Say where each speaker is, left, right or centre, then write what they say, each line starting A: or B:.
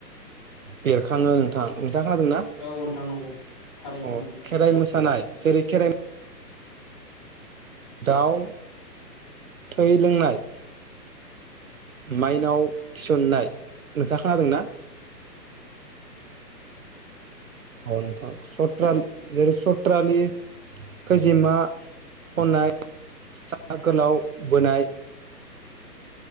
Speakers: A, on the right; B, on the left.
A: बेरखाङो नोंथां नोंथां खोनादोंना
B: औ नोंथां नंगौ थारैनो
A: अ
B: नंगौ
A: खेराइ मोसानाय जेरै खेराइ मो दाउ थै लोंनाय माइनाव थिसननाय नोंथाङा खोनादों ना? औ नोंथां सुद सत जेरै सथ्रालि खैजिमा फनाय सा गोलाव बोनाय